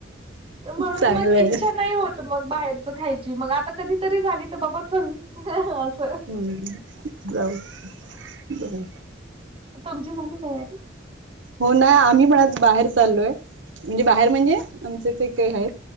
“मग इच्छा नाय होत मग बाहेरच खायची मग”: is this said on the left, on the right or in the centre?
Right